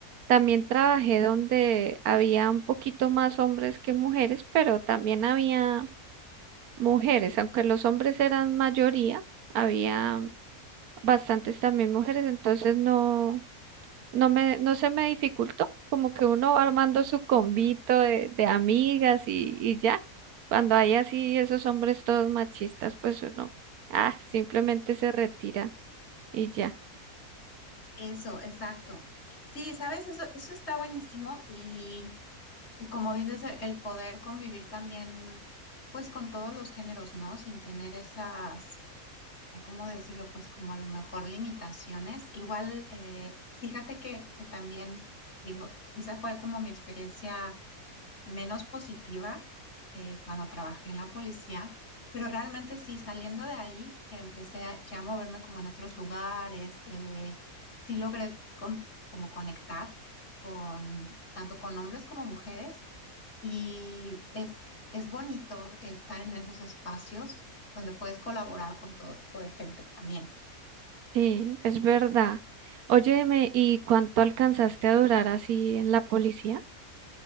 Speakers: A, on the right; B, on the left.
A: también trabajé donde había un poquito más hombres que mujeres, pero también había mujeres, aunque los hombres eran mayoría, había bastantes también mujeres, entonces no no me, no se me dificultó, como que uno va armando su convito de, de amigas y, y ya. Cuando hay así esos hombres todos machistas, pues uno, ah, simplemente se retira y ya.
B: eso, exacto. Sí, sabes, eso, eso está buenísimo y, y como dices, el el poder convivir también, pues con todos los géneros, ¿no? Sin tener esas, ay, ¿cómo decirlo? Pues como a lo mejor limitaciones. Igual, eh, fíjate que, que también, digo, esa fue como mi experiencia menos positiva eh, cuando trabajé en la policía, pero realmente sí, saliendo de ahí, que empecé a, ya a moverme como en otros lugares, eh, sí logré con- como conectar con tanto con hombres como mujeres y es, es bonito estar en esos espacios donde puedes colaborar con todo tipo de gente también.
A: Sí, es verdad. Óyeme, ¿y cuánto alcanzaste a durar así en la policía?